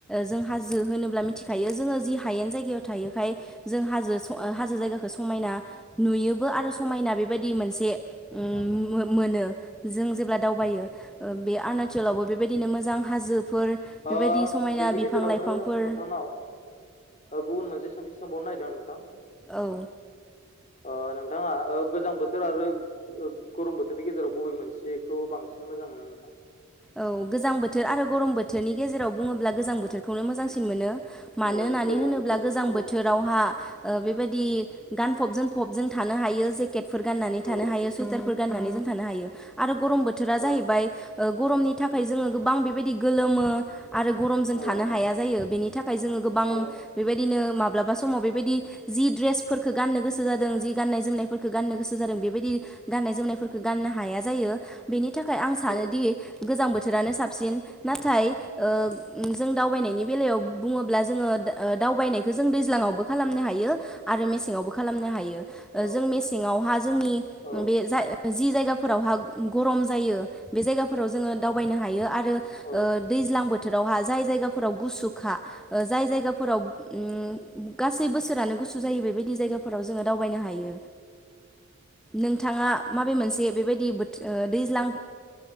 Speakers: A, in the centre; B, on the left.
A: जों हाजो होनोब्ला मिथिखायो। खायो जोङो जि हायेन जायगायाव थायोखाय जों हाजो-हाजो जायगाखौ समायना। नुयोबो आरो समायना बेबायदि मोनसे ओ
B: औ
A: मो-मोनो। जों जेब्ला दावबायो ओ बे आरणाचलावबो बे। बेबायदिनो मोजां हाजोफोर बेबायदि
B: ओ
A: समायना
B: बेनि
A: बिफां-लाइफांफोर।
B: गेजेरावनो नोंथांनाव गुबुन मोनसे सोंथि सोंबावनो नागिरदों आं नोंथां।
A: औ।
B: अ नोंथाङा ओ गोजां बोथोर आरो ओ-ओ गरम बोथोरनि गेजेराव बबे मोनसेखौ बां। सिन मोजां मोनो नोंथां?
A: औ गोजां बोथोर आरो गरम बोथोरनि गेजेराव बुङोब्ला गोजां बोथोरखौनो मोजांसिन मोनो। मानो
B: औ
A: होननानै
B: गोजां
A: होनोब्ला
B: बोथोर
A: गोजां
B: औ
A: बोथोरावहा ओ बेबायदि गानफब-जोमफब जों थानो हायो। यो जेकेटफोर गाननानै थानो
B: औ
A: हायो सुवाइटारफोर। गाननानै जों थानो हायो आरो गरम बोथोरा जाहैबाय
B: औ
A: ओ। गरमनि थाखाय जोङो गोबां बेबायदि गोलोमो आरो गरमजों
B: औ
A: थानो हाया जायो बेनि थाखाय जोङो गोबां। बां
B: औ
A: बेबायदिनो माब्लाबा समाव बेबायदि जि ड्रेसफोरखौ गाननो गोसो जादों जि गाननाय-जोमनायफोर। खौ गाननो गोसो जादों बेबायदि गाननाय-जोमनायफोरखौ गाननो हाया जायो बेनि थाखाय आं सानोदि।
B: औ
A: गोजां बोथोरानो साबसिन नाथाय ओ जों दावबायनायनि बेलायाव बुङोब्ला जों। ओ दावबायनायखौ जों दैज्लाङावबो खालामनो हायो। आरो मेसेङावबो खालामनो हायो
B: औ
A: जों मेसेङावहा जोंनि
B: औ
A: ओ बे जा जि जायगा। फोरावहा गरम जायो बे जायगा। जोङो दावबायनो हायो आरो
B: औ
A: ओ दैज्लां बोथोरावहा जाय जायगाफोराव गुसुखा। जाय जायगाफोराव ओम गासै बोसोरानो गुसु जायो बेबायदि जायगाफोराव जोङो दावबायनो हायो।
B: <inaudible>
A: नोंथाङा माबे मोनसे बेबायदि बोथोर दैज्लां?